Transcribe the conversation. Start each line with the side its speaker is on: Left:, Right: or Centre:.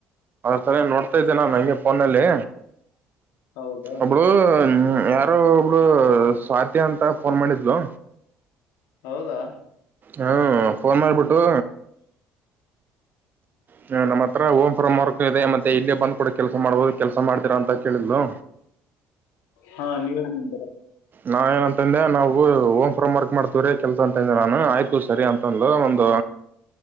Right: ಸರಿ ನೋಡ್ತಾ ಇದ್ದೇ ನ ನಂಗೆ ಫೋನಲ್ಲಿ
Left: ಹೌದಾ
Right: ಒಬ್ಳ ಹ್ಮ ಯಾರು ಒಬ್ಳು ಸ್ವಾತಿ ಅಂತ ಫೋನ್ ಮಾಡಿದ್ಲು
Left: ಹೌದಾ
Right: ಹ್ಮ್ ಫೋನ್ ಮಾಡಬಿಟ್ಟು ಹ್ಮ್ ನಮ್ಮ ಹತ್ರ ಓ ಫ್ರಮ್ ವರ್ಕ್ ಇದೆ ಮತ್ತೆ ಇಲ್ಲೇ ಬಂದು ಕೂಡ ಕೆಲಸ ಮಾಡ್ಬಹುದು ಕೆಲಸ ಮಾಡ್ತೀರಾ ಅಂತ ಕೇಳಿದ್ಲು
Left: ಹಾ ನೀವೇ ನಂಬರ್
Right: ನಾ ಏನಂತಂದೆ ನಾವು ಹೋಮ್ ಫ್ರೋ್ ವರ್ಕ್ ಮಾಡ್ತೀವ್ರೀ ಕೆಲ್ಸ ಅಂತಂದೆ ನಾನು ಆಯ್ತು ಸರಿ ಅಂತಂದಂದು ಒಂದು